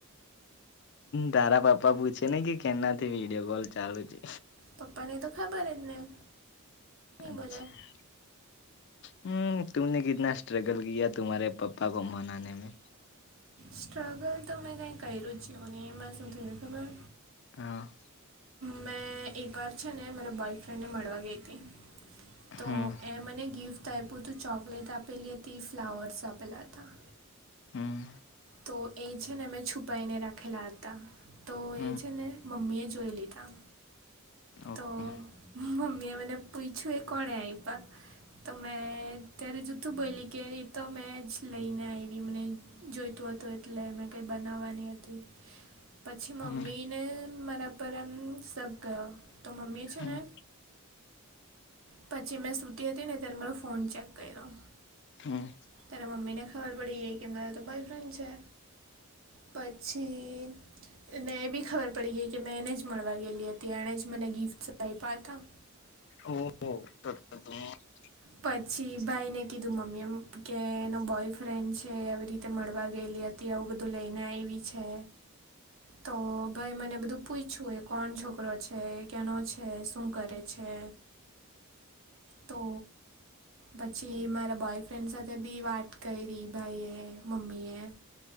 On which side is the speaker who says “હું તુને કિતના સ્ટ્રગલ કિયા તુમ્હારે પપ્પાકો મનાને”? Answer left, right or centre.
Left